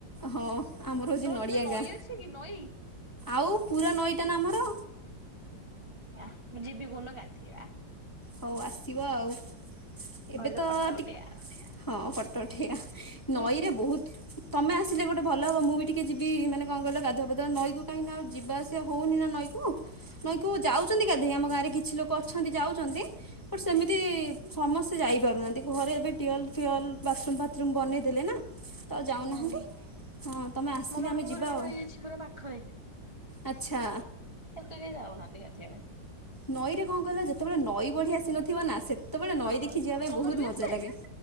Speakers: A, on the left; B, on the right.
A: ହଁ ଆମର ହେଉଛି
B: ତୋର
A: ନଡ଼ିଆ
B: ସେଠି ନଈ
A: ଗାଁ
B: ଅଛି କି ନଈ?
A: ଆଉ ପୁରା ନଈଟା ଆମର।
B: ଆ ମୁଁ ଯିବି କଉ ଦିନ ଗାଧେଇ ବା।
A: ହଉ ଆସିବ ଆଉ
B: ନଈରେ
A: ଏବେ ତିକେ
B: ଫଟୋ ଉଠେଇବା।
A: ହଁ ଫଟୋ ଉଠେଇଆବା।
B: ହୁଁ
A: ନଈରେ
B: ହୁଁ।
A: ବହୁତ। ତମେ ଆସିଲେ ଗୋଟେ ଭଲ ହବ। ମୁଁ ବି ଟିକେ ଯିବି ମାନେ କଣ କହିଲ ଗାଧୁଆପାଧୁଆ? ନଈ କାହିଁକି ଆଉ ଯିବାସିବା ହଉନି ନା ନଈକୁ? ନଈ କୁ ଯାଉଛ ଗାଧେଇ ଆମ ଗାଁରେ କିଛି ଲୋକ ଅଛନ୍ତି ଯାଉଛନ୍ତି। ବଟ ସେମିତି ସମସ୍ତେ ଯାଇପାରୁନାହାନ୍ତି। ଘରେ ଏବେ ୱଲ୍ ଫିୱଲ୍ ବାଥରୁମ୍ ଫଥରୁମ୍ ବନେଇ ଦେଲେ ନା। ତ ଯାଉନାହାନ୍ତି।
B: ହଁ
A: ହଁ, ତମେ ଆସିଲେ
B: ମୋ ମାମୁଁ
A: ଆମେ
B: ଘର
A: ଯିବା
B: ବି
A: ଆଉ।
B: ନଈ ଅଛି ପୁରା ପାଖରେ।
A: ଆଚ୍ଛା
B: ଏବେ କେହି ଯାଉନାହାନ୍ତି ଗାଧେଇବା ପାଇଁ।
A: ନଈରେ କଣ କଲା? ଯେତେବେଳେ ନଈ ବଢିଆସି ନଥିବ ନା ସେତେବେଳେ
B: ହଁ
A: ନଈ ଦେଖି ଯିବା ପାଇଁ
B: ତମର
A: ବହୁତ
B: ବି
A: ମଜା
B: ଆସେ?
A: ଲାଗେ?